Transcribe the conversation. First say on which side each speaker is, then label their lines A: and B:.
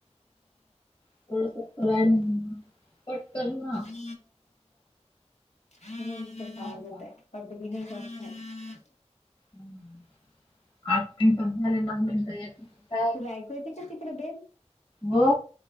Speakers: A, on the left; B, on the left.
A: <unintelligible> पटकन हा.
B: <unintelligible> म्हणून तसा
A: हो
B: आवाज
A: का?
B: येतोय <unintelligible>
A: हम्म. आठ मिनिट झाले, नऊ मिनिटं एक मिनिट आहे.
B: तुला ऐकू येते का तिकडं बेल?
A: हो.